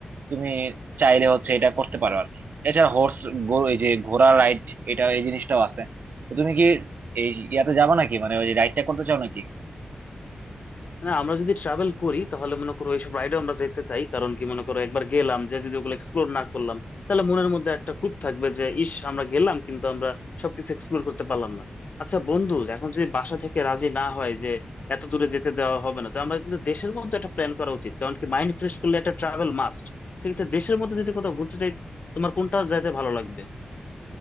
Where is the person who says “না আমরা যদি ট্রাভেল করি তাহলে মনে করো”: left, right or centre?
Left